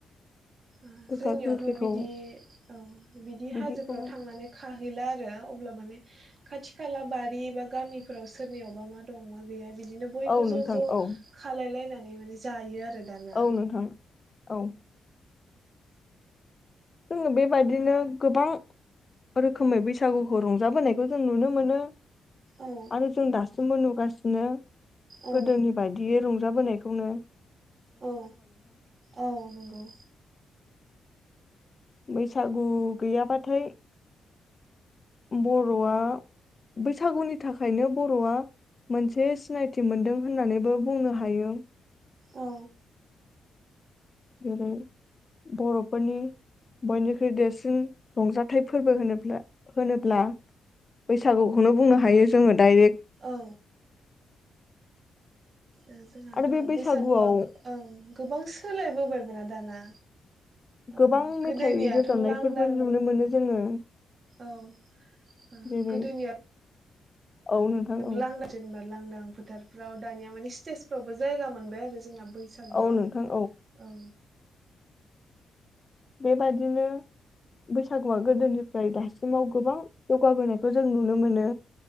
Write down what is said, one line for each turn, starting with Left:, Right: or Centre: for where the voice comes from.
Right: ओ
Left: गोखा
Right: जोंनियावथ'
Left: गोखैखौ
Right: बिदि औ बिदि
Left: बिदिखौ
Right: हाजोफ्राव थांनानै खाहैला आ <unintelligible> अब्ला माने खाथि खाला बारि बा गामिफोराव सोरनियावबा मा दं मा गैया बिदिनो बयबो
Left: औ नोंथां
Right: ज' ज'
Left: औ
Right: खालायलायना माने जायो आरो। दाना
Left: औ नोंथां औ जोङो बेबादिनो गोबां रोखोमै बैसागुखौ रंजाबोनायखौ जों नुनो मोनो।
Right: औ
Left: आरो जों दासिमबो नु गासिनो
Right: औ
Left: गोदोनि बायदियै रं जाबोनायखौनो।
Right: औ औ नंगौ।
Left: बैसागु गैयाबाथाय बर'आ बैसागुनि थाखायनो बर'आ मोनसे सिनायथि मोनदों होननानैबो बुंनो हायो।
Right: औ।
Left: जेरै बर'फोरनि बयनिख्रुइ देरसिन रंजाथाइ फोरबो होनोब्ला होनोब्ला बैसागुखौनो बुंनो हायो जोङो डाइरेक्ट।
Right: औ ओ जोंहाथ'
Left: आरो बे बैसागुआव
Right: बैसागुआ ओ गोबां सोलायबोबायबोना दाना ओ
Left: गोबां मेथाइ
Right: गोदोनियाथ'
Left: रोजाबनायफोरबो
Right: लांदां
Left: नुनो मोनो जोङो
Right: औ ओ
Left: जेरै
Right: गोदोनिया
Left: औ नोंथां औ
Right: लांदां जेनबा लांदां फोथारफ्राव दानिया माने स्टेजफ्रावबो जायगा मोनबाय आरो जोंना। बैसागुआ
Left: औ नोंथां
Right: औ।
Left: बेबादिनो बैसागुआ गोदोनिफ्राय दासिमाव गोबां जौगाबोनाय खौ जों नुनो मोनो।